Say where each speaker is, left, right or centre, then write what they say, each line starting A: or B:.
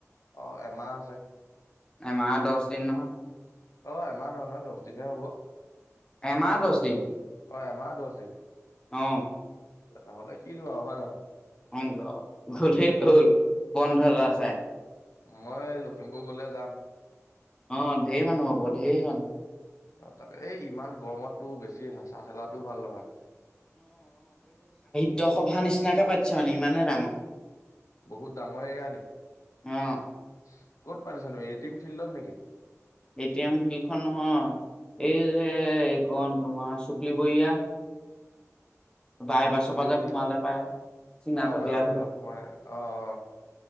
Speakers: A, on the left (about 75°); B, on the left (about 15°).
A: অ এমাহ আছে
B: এমাহ দশ দিন নহয়
A: অ এমাহ নহয় নহয় দহ দিনহে হ'ব
B: এমাহ দহ দিন
A: অ এমাহ দহ দিন
B: অ
A: নহলে কিনো ৱাও হয় ন
B: উ হলেতো বন্ধ এটা আছে
A: মই লখিমপুৰ গলে যাম
B: অ ঢেৰ মানুহ হ'ব ঢেৰ মানুহ
A: অ তাকে এই ইমান গৰমতো বেছি হেচা ঠেলাটোও ভাল নহয়
B: তই সভা নিচিনাকে পাতিছ মানে ইমানে ডাঙৰ
A: বহুত ডাঙৰ এৰিয়া নেকি
B: অ
A: ক'ত পাতিছেনো এ টিম ফিল্ডত নেকি
B: এ টি এম ফিল্ডখন নহয় এই যে ক তোমাৰ শুক্লিবৰীয়া বাই পাছৰ
A: চকলি
B: পৰা যে
A: বঢ়িয়া
B: সোমালে পায় চীনাতলিয়া
A: অ বাইপাছৰ
B: হৈ
A: পৰা সোমাই অ অ